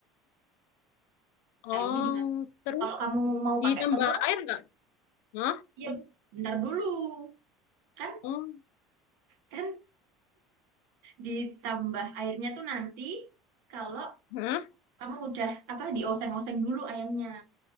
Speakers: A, on the left (about 85°); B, on the right (about 80°).
A: Oh,
B: Ayamnya di mana?
A: terus
B: Kalau kamu mau
A: ditambah
B: pakai telur,
A: air nggak? Hah?
B: ya bentar dulu. Kan
A: Oh,
B: kan ditambah airnya tuh nanti kalau
A: hah?
B: kamu udah apa dioseng-oseng dulu ayamnya.